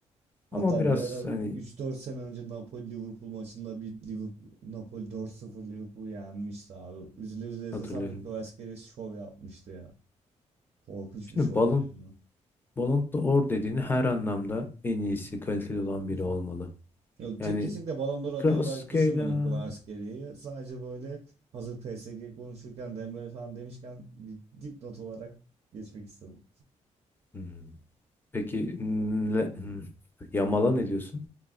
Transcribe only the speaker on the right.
Hatta
bir ara
üç dört sene önce Napoli Liverpool maçında bir Liverpool Napoli dört sıfır Liverpool'u yenmişti abi. Üzüle üzüle izlesem
de Kvaratskhelia şov yapmıştı ya. Korkunç
bir şovdu
yani.
<laughs>
Yok
te- kesinlikle Ballon d'Or adayı
olarak düşünmedim Kvaratskhelia'yı. Sadece böyle hazır PSG konuşurken Dembele falan demişken bir dipnot olarak geçmek istedim.